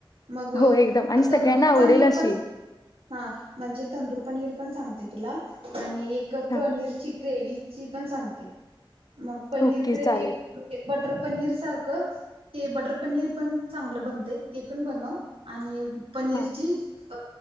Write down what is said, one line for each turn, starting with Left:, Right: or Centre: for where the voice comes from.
Right: मग
Left: हो एकदम आणि सगळ्यांना
Right: तंदूर
Left: आवडेल
Right: पनीरपण
Left: अशी
Right: म्हणजे तंदूर पनीर पण सांगते तुला आणि आणि एक
Left: हा
Right: पनीरची ग्रेवी ची पण सांगते. मग पनीर
Left: ओके
Right: ग्रेवी
Left: चालेल
Right: म्हणजे बटर पनीर. सारख ते बटर पनीर पण चांगलं बनतय ते पण बनव आणि पनीरची.
Left: हा
Right: अ